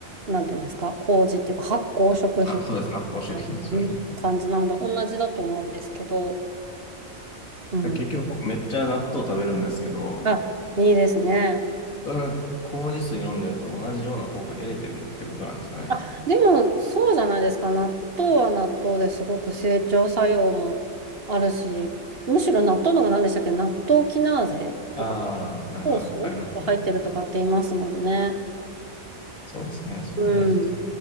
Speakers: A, on the right; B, on the left.
A: なんていうんですか、麹っていうか発酵食品み
B: あ、そうです。発酵食品ですよね。
A: たいな、うん、感じなので、同じだと思うんですけど、うん。
B: で結局僕めっちゃ納豆食べるんですけど、
A: あ、いいですね。
B: それは麹水飲んでると同じような効果得れてるってことなんですかね。
A: あ、でも、そうじゃないですか。納豆は納豆ですごく整腸作用もあるし、むしろ納豆のが何でしたっけ納豆キナーゼとか、
B: ああ、なんかありますね。
A: 酵素が入ってるとかって言いますもんね。
B: そうですね。それ大事です。
A: うん。